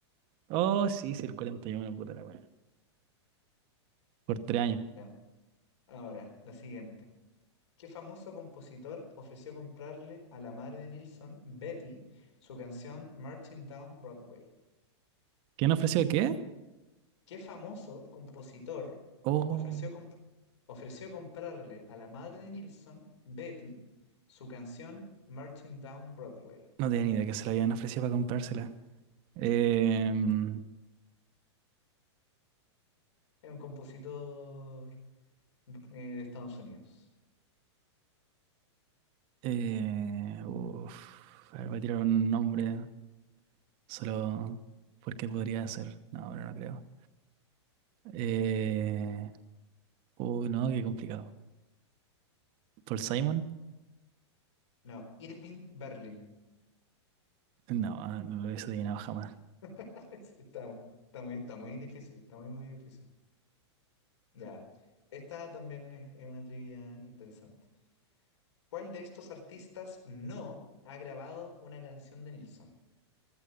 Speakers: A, on the right (about 35°); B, on the left (about 80°).
A: Oh,
B: <laughs>
A: sí, sí, el 41, puta la wea. Por tres años.
B: Ya. Ahora, la siguiente. ¿Qué famoso compositor ofreció comprarle a la madre de Nilsson, Betty, su canción Marching Down Broadway?
A: ¿Quién ofreció qué?
B: ¿Qué famoso compositor
A: Oh,
B: ofreció, comp- ofreció comprarle a la madre de Nilsson, Betty, su canción Marching Down Broadway?
A: no tenía ni idea que se la habían ofrecido para comprársela. Em,
B: Es un compositor eh, de Estados Unidos.
A: eh, uf, a ver, voy a tirar un nombre solo porque podría ser. No, ahora no creo. Eh, uy, no, qué complicado. ¿Paul Simon?
B: No, Irving Berlin.
A: No, ah, no lo hubiese adivinado jamás.
B: <laughs> Sí, Está, está muy, está muy difícil, está muy, muy difícil. Ya, esta también es, es una trivia interesante. ¿Cuál de estos artistas no ha grabado una canción de Nilsson?